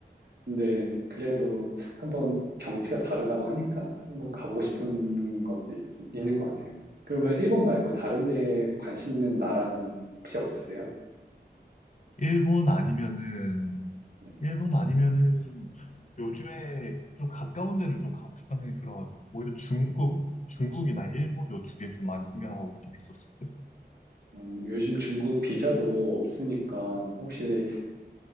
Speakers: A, on the right (about 65°); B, on the left (about 45°).
A: 근데 그래도 한번 경치가 다르다고 하니까 한번 가보고 싶은 것도 있, 있는 것 같아요. 그러면 일본 말고 다른 데 관심 있는 나라는 혹시 없으세요?
B: 일본 아니면은
A: 네.
B: 일본 아니면은 요즘에 좀 가까운 데를 좀 가고 싶다는 생각이 들어가지고 오히려 중국 중국이나 일본 요 두 개 좀 많이 생각하고 있긴 했었어요.
A: 음, 요즘 중국 비자도 없으니까 혹시